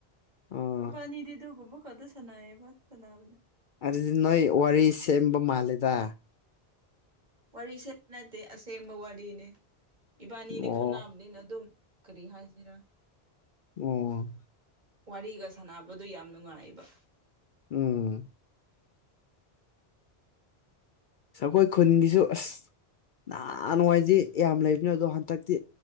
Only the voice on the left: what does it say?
ꯑꯥ
ꯑꯗꯨꯗꯤ ꯅꯣꯏ ꯋꯥꯔꯤ ꯁꯦꯝꯕ ꯃꯥꯜꯂꯦꯗ
ꯑꯣ
ꯑꯣ
ꯑꫭ ꯑꯈꯣꯏ ꯈꯨꯟꯒꯤꯁꯨ ꯑꯁ ꯅꯍꯥꯟꯋꯥꯏꯗꯤ ꯌꯥꯝ ꯂꯩꯕꯅꯦ ꯑꯗꯣ ꯍꯟꯗꯛꯇꯤ